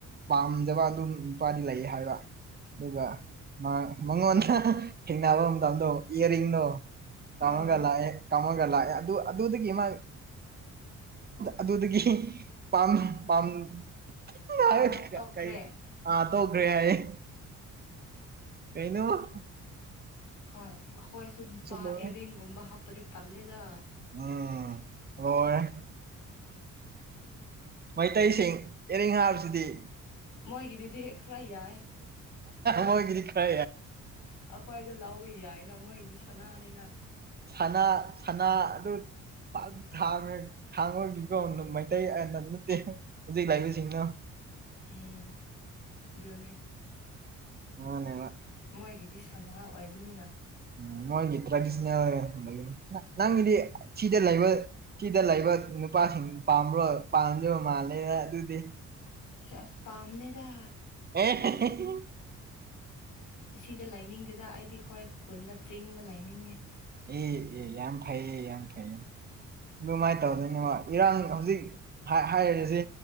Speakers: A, on the right; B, on the left.
A: ꯄꯥꯝꯗꯕ ꯑꯗꯨꯝ ꯅꯨꯄꯥꯗꯤ ꯂꯩ ꯍꯥꯏꯕ ꯑꯗꯨꯒ ꯃꯉꯣꯟꯗ ꯊꯦꯡꯅꯕ ꯃꯇꯝꯗꯣ ꯏꯌꯥꯔꯤꯡꯗꯣ ꯀꯃꯒ
B: ꯑꯥ
A: ꯂꯥꯛꯑꯦ ꯀꯥꯃꯒ ꯂꯥꯛꯑꯦ ꯑꯗꯨ ꯑꯗꯨꯗꯒꯤ ꯃꯥꯥꯏ ꯑꯗꯨꯗꯒꯤ ꯄꯝ ꯄꯝꯔ
B: ꯄꯥꯝꯕ ꯇꯣꯛꯈ꯭ꯔꯦ
A: ꯀ ꯑꯥ ꯇꯧꯈ꯭ꯔꯦ ꯍꯥꯏꯌꯦꯦ ꯀꯩ ꯅꯕ
B: ꯍꯣꯏ ꯑꯩꯈꯣꯏꯁꯨ ꯅꯨꯄꯥ
A: ꯂꯣꯏꯔꯦ
B: ꯑꯦꯔꯤꯡꯒꯨꯝꯕ ꯍꯥꯞꯄꯗꯤ ꯇꯜꯂꯦꯗ
A: ꯎꯝ ꯍꯣꯏ ꯃꯩꯇꯩꯁꯤꯡ ꯑꯦꯔꯤꯡ ꯍꯥꯏꯕꯁꯤꯗꯤ
B: ꯃꯣꯏꯒꯤꯗꯨꯗꯤ ꯈꯔ ꯌꯥꯏ
A: ꯃꯒꯤꯔꯤ ꯀ꯭ꯔ
B: ꯑꯩꯈ꯭ꯋꯥꯏꯗ ꯂꯥꯎꯕ ꯌꯥꯏꯅ ꯃꯣꯏꯗꯤ ꯁꯅꯥꯅꯤꯅ
A: ꯁꯅꯥ ꯑꯗꯨ ꯄꯥꯛ ꯊꯥꯡꯉꯦ ꯊꯥꯡꯕꯒꯤꯀ ꯃꯩꯇꯩ ꯑꯅ ꯅꯠꯇꯦ ꯍꯧꯖꯤꯛ ꯂꯥꯛꯏꯕꯁꯤꯡꯅꯣ
B: ꯎꯝ ꯏꯗꯨꯅꯦ
A: ꯃꯥꯅꯦꯕ
B: ꯃꯣꯏꯒꯤꯗꯤ ꯁꯅꯥ ꯑꯣꯏꯕꯅꯤꯅ
A: ꯎꯝ ꯃꯣꯏꯒꯤ ꯇ꯭ꯔꯦꯗꯤꯁꯅꯦꯜꯒꯤ ꯅꯪꯒꯤꯗꯤ ꯁꯤꯗ ꯂꯩꯕ ꯁꯤꯗ ꯂꯩꯕ ꯅꯨꯄꯥꯁꯤꯡ ꯄꯥ꯭ꯔꯣ ꯄꯥꯝꯖꯕ ꯃꯥꯂꯦꯅ ꯑꯗꯨꯗꯤ
B: ꯆꯁ ꯄꯥꯝꯅꯦꯗ
A: ꯍ
B: ꯑꯁꯤꯗ ꯂꯥꯏꯅꯤꯡꯗꯗ ꯑꯩꯗꯤ ꯍꯣꯏ ꯈꯨꯟꯗ ꯆꯤꯡꯗ ꯂꯥꯏꯅꯤꯡꯉꯦ
A: ꯑꯦ ꯑꯦ ꯌꯥꯝ ꯐꯩꯌꯦ ꯌꯥꯝ ꯐꯩꯌꯦ ꯑꯗꯨꯃꯥꯏꯅ ꯇꯧꯗꯣꯏꯅ ꯏꯔꯥꯡ ꯍꯧꯖꯤꯛ ꯍꯥꯏꯔꯤꯁꯤ